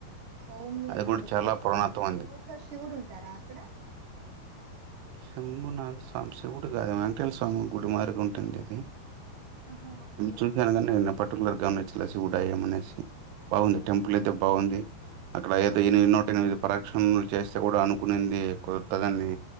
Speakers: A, on the right; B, on the right.
A: సౌమ్యనాథ
B: అది కూడా చాలా
A: టెంపుల్
B: పురాణత్వం
A: ఎ-ఎ-ఎవరుసర్
B: ఉంది
A: శివుడు ఉంటారా అక్కడ
B: శంభునాథ స్వామి శివుడు కాదేమో వెంకటే స్వామి గుడి మారిగా ఉంటుంది ఇది
A: ఆహా ఓకే
B: చూసాను
A: ఓకే
B: కానీ నేను పర్టికులర్గా గమనించ ప్లసి గూడా ఏమనేసి బాగుంది
A: మ్మ్
B: టెంపుల్ అయితే
A: మ్మ్.
B: బాగుంది అక్కడ అయితే
A: ఆ
B: ఎనిమిది నూట ఎనిమిది ప్రక్షణలు చేస్తే కూడా అనుకునింది కుదుర్తదని